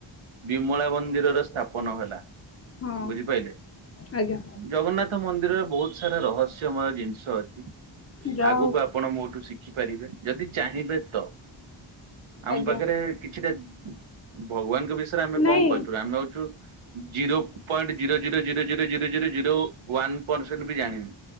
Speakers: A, on the right; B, on the left.
A: ବିମଳା ମନ୍ଦିରର ସ୍ଥାପନ ହେଲା।
B: ହଁ
A: ବୁଝିପାଇଲେ
B: ଆଜ୍ଞା
A: ଜଗନ୍ନାଥ ମନ୍ଦିରରେ ବହୁତ ସାରା ରହସ୍ୟମୟ ଜିନିଷ ଅଛି
B: ଯାହା
A: ଆଗକୁ
B: ହଉ
A: ଆପଣ ମୋଠୁ ଶିଖିପାରିବେ ଯଦି ଚାହିଁବେ ତ। ଆମ
B: ଆଜ୍ଞା
A: ପାଖରେ କିଛିଟା ଭଗବାନଙ୍କ ବିଷୟରେ ଆମେ
B: ନାଇଁ
A: କଣ କହିବା ଆମେ ହଉଛୁ zero point zero zero zero zero zero zero zero one percent ବି ଜାଣିନୂ।